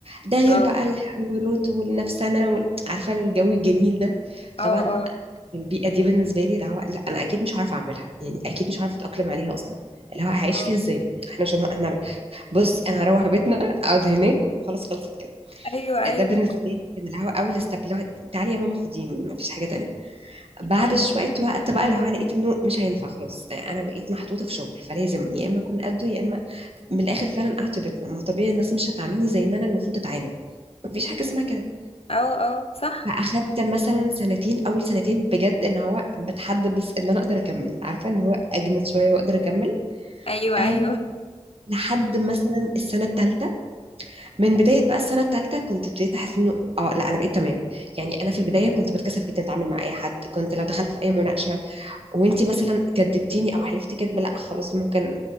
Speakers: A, on the right (about 60°); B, on the left (about 60°).
A: ده غير
B: اه
A: بقى الحوارات والنفسنه وال- عارفه الجو الجميل ده
B: اه
A: طبعا
B: اه
A: البيئة دي بالنسبة لي اللي هو لا أنا أكيد مش عارفة أعملها يعني أكيد مش عارفة أتأقلم عليها أصلا اللي هو هعيش
B: اه
A: فيها إزاي إحنا عشان إحنا بصي أنا هروح بيتنا أقعد هناك وخلاص خلصت كده
B: ايوه ايوه
A: ده بالنسبة لي كان اللي هو أول ستيب اللي هو تعالي يا ماما خديني مفيش حاجة تانية بعد
B: م-
A: شوية
B: م.
A: وقت بقى اللي هو لقيت إنه مش هينفع خلاص أنا بقيت محطوطة في شغل فلازم يا إما أكون قده يا إما من الآخر فعلا أقعد في بيتنا ما طبيعي الناس مش هتعاملني زي ما أنا المفروض أتعامل مفيش حاجة اسمها كده
B: اه اه صح
A: فاخدت مثلا سنتين اول سنتين بجد ان هو بتحدى بس ان انا اقدر اكمل عارفه ان هو اجمد شويه واقدر اكمل
B: ايوه
A: آه
B: ايوه
A: لحد مثلا السنه الثالثه من بدايه بقى السنه الثالثه كنت ابتديت احس انه اه لا انا بقيت تمام يعني انا في البدايه كنت بتكسف جدا اتعامل مع اي حد كنت لو دخلت في اي مناقشه وانتي مثلا كدبتيني او حلفتي كدب لا خلاص ممكن